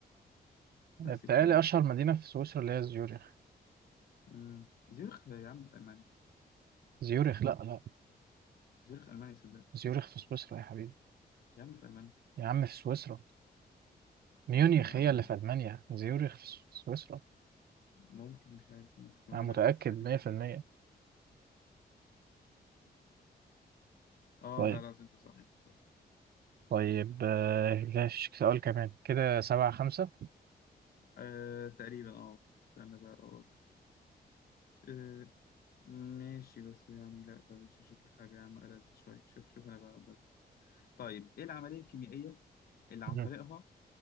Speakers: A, on the right; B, on the left.
A: بتهيألي
B: نفس الكلام
A: اشهر مدينة في سويسرا اللي هي زيوريخ
B: مم. زيورخ يا عم في ألمانيا
A: زيوريخ لا لا
B: زيورخ ألمانيا صدق
A: زيوريخ في سويسرا يا حبيبي
B: يا عم في ألمانيا
A: يا عم في سويسرا ميونيخ
B: ثانية
A: هي
B: واحدة
A: اللي
B: ده.
A: في المانيا زيوريخ في س- في سويسرا
B: ممكن مش عارف ممكن تبقى
A: انا
B: غيرها
A: متأكد
B: في السنة
A: 100%
B: كده اه
A: طيب
B: لا لا انت صح انت صح
A: طيب آه، لا فيش سؤال كمان كده سبعة خمسة
B: آه تقريبا اه استنى بقى اقول لك. آه ماشي بس يعني لا بلاش نشوف لك حاجة يا عم ألذ شوية شوف شوف انا بقى طيب ايه العملية الكيميائية اللي
A: مم.
B: عن طريقها